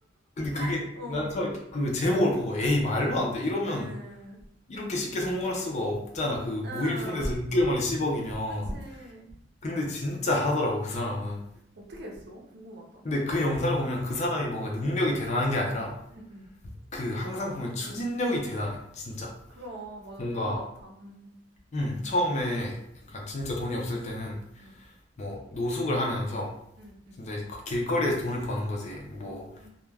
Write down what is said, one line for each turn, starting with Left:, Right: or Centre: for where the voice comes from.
Left: 근데 그게
Right: <laughs> 어.
Left: 난 처음에 그 제목을 보고 에이 말도
Right: 음,
Left: 안 돼 이러면
Right: 음,
Left: 이렇게 쉽게 성공할 수가 없잖아. 그 무일푼에서
Right: 아,
Left: 6개월 만에 10억이면.
Right: 그치.
Left: 근데 진짜 하더라고 그 사람은.
Right: 어떻게 했어? 궁금하다.
Left: 근데 그 영상을 보면 그 사람이 뭔가 능력이 대단한 게 아니라
Right: 응 응.
Left: 그 항상 보면 추진력이 대단해 진짜
Right: 그럼, 맞아.
Left: 뭔가
Right: 그런 거 같아. 음,
Left: 음, 처음에 약간 진짜 돈이 없을 때는
Right: 음,
Left: 뭐 노숙을 하면서
Right: 음, 음.
Left: 진짜 이제 길거리에서 돈을 버는 거지 뭐
Right: 어.